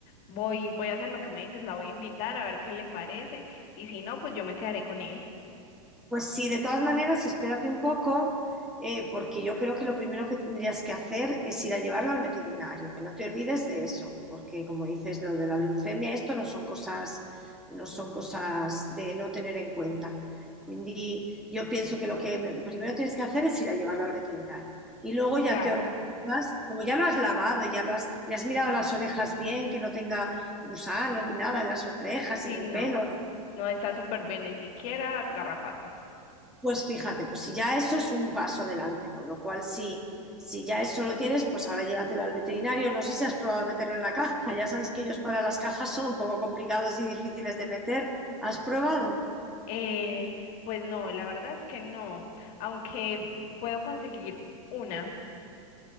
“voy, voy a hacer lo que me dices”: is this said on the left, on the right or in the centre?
Left